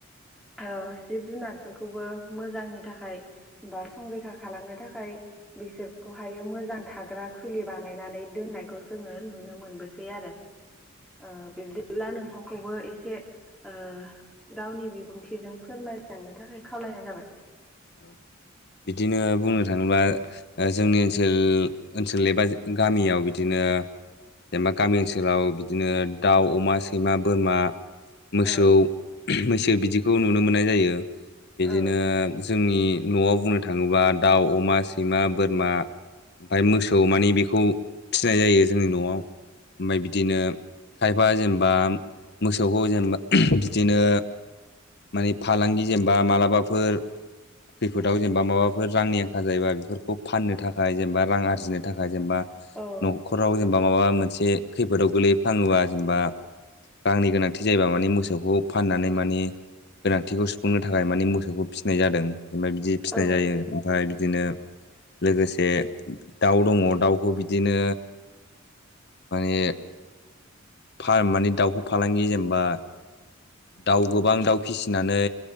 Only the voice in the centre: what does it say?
ओ जिब जुनारफोरखौबो मोजांनि थाखाय बा संरैखा खालामनो थाखाय बिसोरखौहायो मोजां थाग्रा खुलि बानायनानै दोननायखौ जोङो नुनो मोनबोसै आरो। ओ बिब्दिब्ला नोंथांखौबो एसे ओ गावनि बिबुंथि बिजों फोरमायलांनो थाखाय खावलायनाय जाबाय।
औ
औ
औ
औ